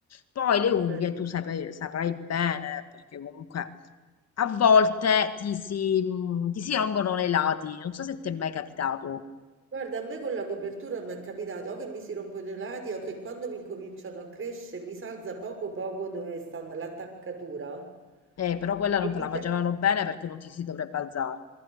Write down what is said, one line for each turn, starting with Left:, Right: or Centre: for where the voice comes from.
Left: Poi le
Right: Vabbè,
Left: unghie,
Right: sì.
Left: tu saprai, saprai bene, perché comunque a volte ti si, mh, ti si rompono nei lati. Non so se ti è mai capitato.
Right: Guarda, a me con la copertura mi è capitato o che mi si rompono i lati o che quando mi cominciano a crescere mi salza poco poco dove sta l'attaccatura
Left: Eh, però quella
Right: e
Left: non te
Right: mi
Left: la facevano
Right: dà
Left: bene perché non ti si dovrebbe alzare.